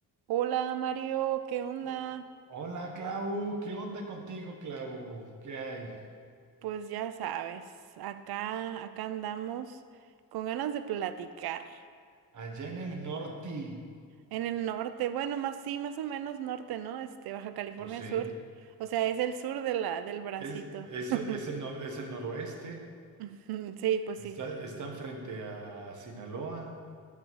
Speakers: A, on the right; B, on the right.
A: Hola Mario, ¿qué onda?
B: Oh, Hola Clau, ¿qué onda contigo, Clau? ¿Qué hay?
A: Pues ya sabes, acá, acá andamos con ganas de platicar.
B: Allá en el norte.
A: En el norte, bueno, más sí, más o menos norte, ¿no? Este, Baja California
B: Pues sí,
A: Sur. O sea, es el sur de la, del bracito.
B: es, es,
A: <laughs>
B: es el, nor- es el noroeste.
A: Mm, Sí, pues
B: Está,
A: sí,
B: están frente a Sinaloa,